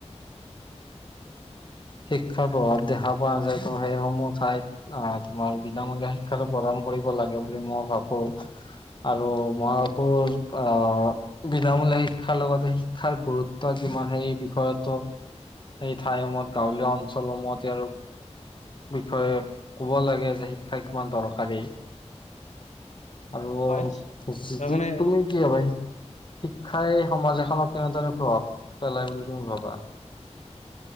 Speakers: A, on the left (about 45°); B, on the left (about 80°).
A: শিক্ষাৰ প্ৰভাৱ দেখা পোৱা যায়। ত সেইসমূহঠাইত অহ, তোমাৰ বিনামূলীয়া শিক্ষাটো প্ৰদান কৰিব। কৰিব লাগে বুলি মই ভাবো। আৰু মই ভাবো
B: উম,
A: অহ, বিনামূলীয়া শিক্ষাৰ লগতে, শিক্ষাৰ গুৰুত্ব কিমান হয় এই বিষয়তো সেই ঠাইসমূহত গাঁৱলীয়া অঞ্চলসমূহত ই আৰু বিষয়ে কব লাগে যে শিক্ষা কিমান দৰকাৰী আৰু
B: হয় তাৰমানে
A: তুমি কি হ ভাই শিক্ষাই সমাজ এখনক কেনেধৰৰে প্ৰভাত পেলাই বুলি তুমি ভাবা।